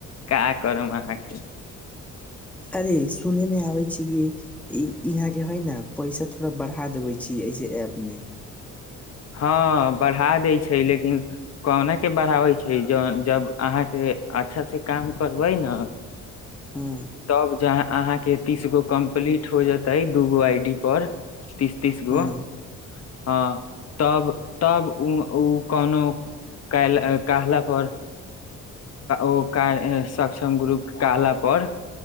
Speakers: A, on the left; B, in the centre.
A: का करब अहाँ के <unintelligible>
B: अरे सुने मे आबै छी। कि यहाँ के है ने पैसा थोड़ा बढ़ा देबे छी ऐसे ऐप मे
A: हँ बढ़ा दै छै। लेकिन कहुना क बढ़ाबै छै, ज जब अहाँके अच्छासँ काम करबै ने
B: हँ
A: तब जहाँ अहाँ के तीस गो कम्प्लीट हो जेते दूगो आई डी पर तीस तीस गो
B: हँ
A: हँ तब तब ओ कोनो कहला पर ओ सक्षम गुरुप कहला पर